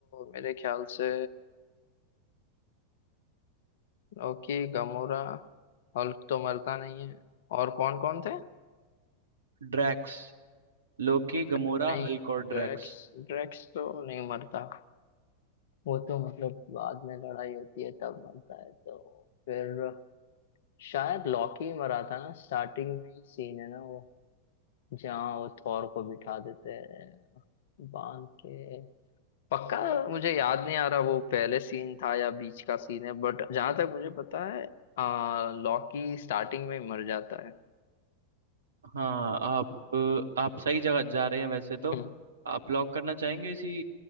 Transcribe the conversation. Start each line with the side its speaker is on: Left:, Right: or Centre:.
Left: मेरे ख्याल से लॉकी गमोरा हल्क तो मरता नहीं है और कौन कौन थे
Right: Drax Loki Gamora
Left: नहीं
Right: Hulk और
Left: ड्रैक्स
Right: ड्रैक्स
Left: ड्रैक्स तो नहीं मरता वो तो मतलब बाद में लड़ाई होती है तब मरता है तो फिर शायद लॉकी ही मरा था ना स्टार्टिंग में ही सीन है ना वो जहाँ वो थॉर को बिठा देते हैं बांध के पक्का मुझे याद नहीं आ रहा वो पहले सीन था या बीच का सीन है बट जहां तक मुझे पता है आ, लॉकी स्टार्टिंग में ही मर जाता है <laughs>
Right: हाँ आप आप सही जगह जा रहे हैं वैसे तो
Left: हम्म,
Right: आप लॉक करना चाहेंगे इसी